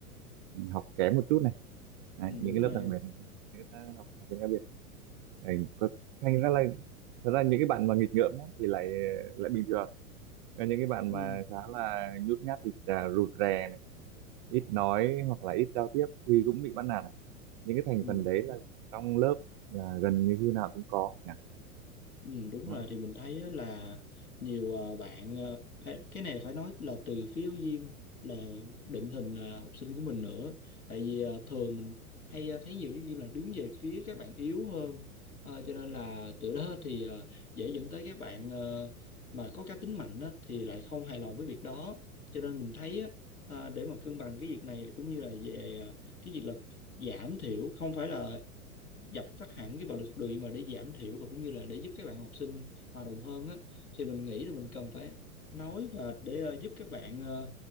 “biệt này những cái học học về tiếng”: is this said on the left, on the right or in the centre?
Right